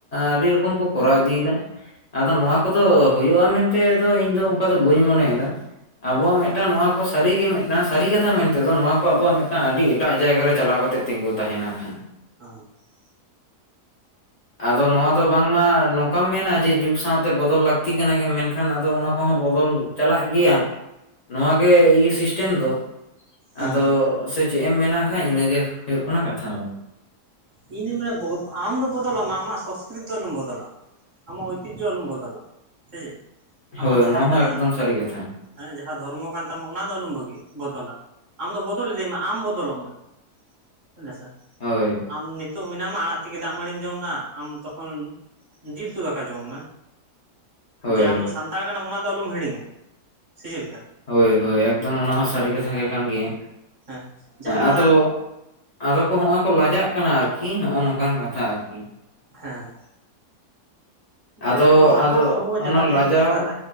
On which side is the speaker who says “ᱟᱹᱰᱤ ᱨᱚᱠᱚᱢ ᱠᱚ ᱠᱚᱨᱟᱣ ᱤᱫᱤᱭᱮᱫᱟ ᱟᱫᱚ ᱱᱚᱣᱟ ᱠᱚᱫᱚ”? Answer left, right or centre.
Left